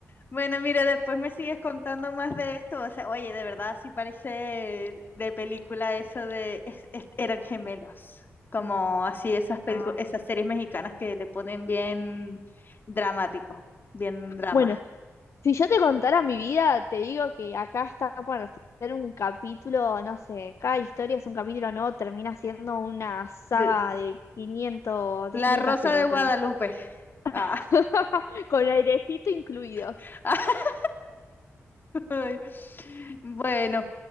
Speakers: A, on the left (about 40°); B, on the left (about 65°).
A: Bueno, mire, después me sigues contando más de esto. O sea, oye, de verdad, sí parece de película eso de es- es- eran gemelos. Como así esas pelicu-
B: No.
A: esas series mexicanas que le ponen bien dramático, bien drama.
B: Bueno, Si yo te contara mi vida, te digo que acá está para hacer un capítulo, no sé, cada historia es un capítulo nuevo, termina siendo una saga
A: De-
B: de 500,
A: La
B: de quinientas
A: Rosa
B: películas,
A: de Guadalupe. Ah,
B: <laughs> con airecito incluido.
A: <laughs> ay. Bueno,